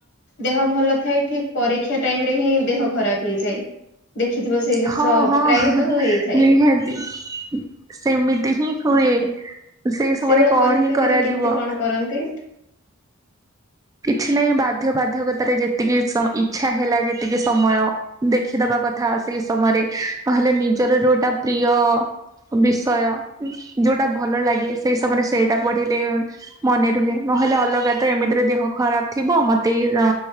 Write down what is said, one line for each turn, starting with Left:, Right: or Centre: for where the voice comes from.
Left: ଦେହ ଭଲ ଥାଏ ଠିକ୍ ପରୀକ୍ଷା ଟାଇମ ରେ ହିଁ ଦେହ ଖରାପ ହେଇଯାଏ। ଦେଖିଥିବ ସେଇ ଜିନିଷ
Right: ହଁ ହଁ
Left: ପ୍ରାୟତଃ ହେଇଥାଏ।
Right: ନିହାତି। ସେମିତି ହିଁ ହୁଏ ସେଇ ସମୟରେ
Left: ସେଇଭଳିଆ
Right: କଣ
Left: ପରିସ୍ଥିତିରେ
Right: ହିଁ କରାଯିବ।
Left: କେମିତି କଣ କରନ୍ତି?
Right: କିଛି ନାହିଁ ବାଧ୍ୟ ବାଧ୍ୟକତାରେ ଯେତିକି ଇଚ୍ଛା ହେଲା ଯେତିକି ସମୟ ଦେଖିଦବା କଥା ସେ ସମୟରେ ନହେଲେ ନିଜର ଯୋଉଟା ପ୍ରିୟ ବିଷୟ ଯୋଉଟା ଭଲ ଲାଗେ ସେଇ ସମୟରେ ସ ସେଇଟା ପଢିଲେ ମନେ ରୁହେ ନହେଲେ ଅଲଗା ତ ଏମିତିରେ ଦେହ ଖରାପ ଥିବ ମତେ ଏଇ ଅ